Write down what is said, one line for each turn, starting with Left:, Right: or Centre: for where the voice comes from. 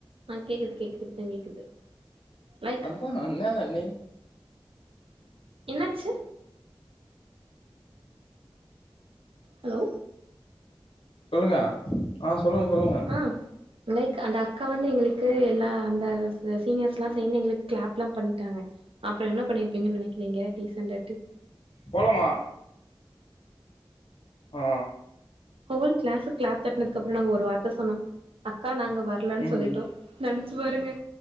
Right: ஆ கேக்குது கேக்குது இப்பதா கேக்குது லைக்
Left: அதா என்னாங்க நி
Right: என்னாச்சு ஹலோ
Left: சொல்லுங்க ஆ சொல்லுங்க சொல்லுங்க
Right: ஆ லைக் அந்த க்கா வந்து எங்குளுக்கு எல்லா அந்த சீனியர்ஸ்லா சேந்து எங்ளுக்கு கிளாப்லா பண்ணி டாங்க அப்றோ என்ன பண்ணிருப்பீங்குன் நெனைக்கிறீங்க டீசண்டாட்டு
Left: போலாமா ஆ
Right: ஹோல் கிளாஸு கிளாப் தட்னதுக்கப்றோ நாங்க ஒரு வார்த்த சொன்னோ அக்கா நாங்க வர்லன்
Left: ம்
Right: சொல்லிட்டோ நன்ச் பாருங்க